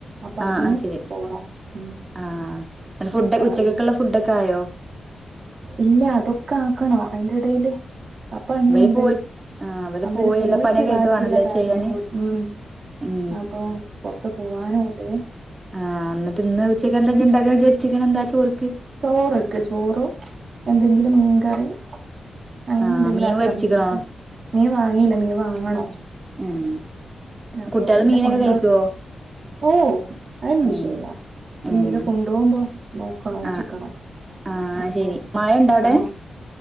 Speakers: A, on the right (about 60°); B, on the right (about 30°).
A: അപ്പൊ
B: ആഹ്
A: അതിന
B: ആഹ് ശരി
A: പോണം ഉം
B: ആഹ് അല്ല ഫുഡ്
A: അപ്പൊ
B: ഉച്ചക്കൊക്കുള്ള ഫുഡൊക്കെ ആയോ
A: ഇല്ല തൊക്കെ ആക്കണം അയിന്റെ എടേല് അപ്പ <unintelligible>
B: ഇവര്
A: ഉണ്ട്
B: പോയിട്ട് ആഹ് അവര്
A: അമ്മല്
B: പോയി
A: പോയിട്ട്
B: എല്ലാ പണിയൊക്കെ
A: ബാക്കിള്ള
B: ആയിട്ട് വേണല്ലേ
A: കാര്യം
B: ചെയ്യാന്
A: കൂടി ഉം
B: ഉം
A: അപ്പൊ പൊറത്ത് പോവാനും ണ്ട്
B: ആ ന്നിട്ട് ഇന്ന് ഉച്ചക്ക് എന്താ ഇജ് ണ്ടാക്കാൻ വിചരിച്ചികന്നത് എന്താ ചോറ്?
A: ചോറ്ക്ക് ചോറോ എന്തെങ്കിലും മീൻകറി ങ്ങനെ
B: ആഹ്
A: ന്തെങ്കിലും
B: മീൻ
A: ആക്കാന്ന്
B: വേടിച്ചിക്കണോ
A: വിചാരിച്ച മീൻവാങ്ങീല്ല മീൻ വാങ്ങണോ
B: ഉം
A: അപ്പൊ
B: കുട്ടികള്
A: യിലേ
B: മീനൊക്കെ
A: കൊണ്ടോ
B: കഴിക്കുവോ
A: ഓ അത്
B: ഏഹ്
A: വിഷയല്ല പിന്നെ
B: ഏഹ്
A: ഇടെ കൊണ്ടോമ്പോ നോക്കണം നോക്കിക്കണം
B: ആഹ് ആഹ്
A: അപ്പൊ
B: ശരി മഴ ഇണ്ടോ അവിടെ
A: ആ